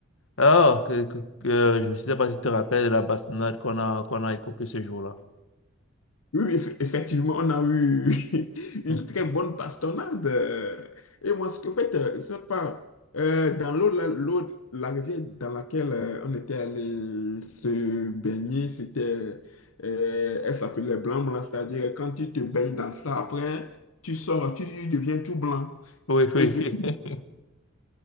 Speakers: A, on the left (about 70°); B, on the left (about 85°).
A: Alors, que, que- que- je ne sais pas si tu te rappelles de la bastonnade qu'on a, qu'on a écopée ce jour-là.
B: Oui, oui, eff- effectivement, on a eu <laughs>
A: Hmm.
B: une très bonne bastonnade. euh. Et moi, ce que en fait, euh, je sais pas, euh, dans l'eau, là, l'eau, la rivière dans laquelle euh, on était allé se baigner, c'était, euh, elle s'appelait blanc blanc, c'est-à-dire quand tu te baignes dans ça, après, tu sors, tu deviens tout blanc.
A: Oui, oui.
B: Et du
A: <laughs>